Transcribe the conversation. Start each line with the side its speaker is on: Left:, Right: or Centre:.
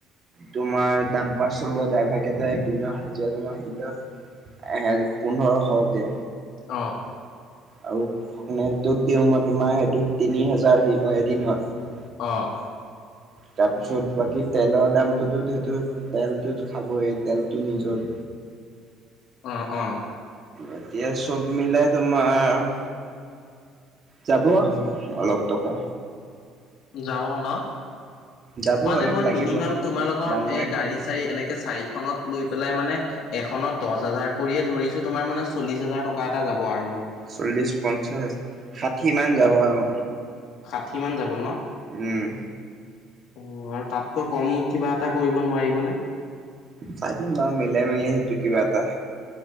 Right: তোমাৰ দাম পাৰ চলোৱা ড্ৰাইভাৰ কেইটা একদিনৰ হাজিৰা তোমাৰ আহি এ পোন্ধৰশকে
Left: অহ
Right: আৰু ফকনেলটোত দিওঁ মই তোমাৰ সেইটোত তিনি হেজাৰ হ লয় এদিনত
Left: অহ
Right: তাৰপিছত বাকী তেলৰ দামটোতো সেতটো তেলটো খাবইেই তেলটো নিজৰ
Left: অ অ
Right: এতিয়া চব মিলাই তোমাৰ যাব
Left: উম
Right: অলপ টকা
Left: যাব ন
Right: যাব
Left: মানে
Right: অলপ
Left: মই
Right: লাগিব
Left: মিনিমাম তোমাল লগোকৰ
Right: ডাঙৰে
Left: এ
Right: খান্দে
Left: গাড়ী চাড়ী এনেকে চাৰি এখনত লৈ পেলাই মানে এখনত দহ হাজাৰ কৰিয়ে ধৰিছো তোমাৰ মানে চল্লিশ হাজাৰ টকা এটা যাব আৰু মোৰ
Right: চল্লিশ পঞ্চাশ ষাঠি মান যাব আৰু
Left: ষাঠি মান যাব ন
Right: উম
Left: অ আৰু তাতকৈ কম কিবা এটা কৰিব নোৱাৰিবনে
Right: চাইিম বা মিলাই মিলি সেইটো কিবা এটা